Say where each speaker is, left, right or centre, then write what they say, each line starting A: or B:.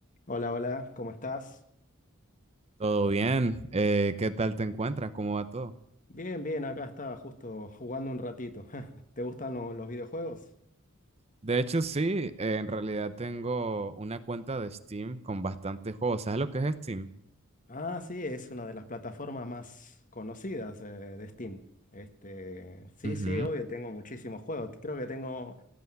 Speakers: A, on the left; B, on the right.
A: Hola, hola, ¿cómo estás?
B: Todo bien, eh, ¿qué tal te encuentras? ¿Cómo va todo?
A: Bien, bien, acá estaba justo jugando un ratito. <laughs> ¿Te gustan lo- los videojuegos?
B: De hecho, sí, eh, en realidad tengo una cuenta de Steam con bastantes juegos. ¿Sabes lo que es Steam?
A: Ah, sí, es una de las plataformas más conocidas eh, de Steam. Este, sí,
B: Ujú.
A: sí, obvio, tengo muchísimos juegos. Creo que tengo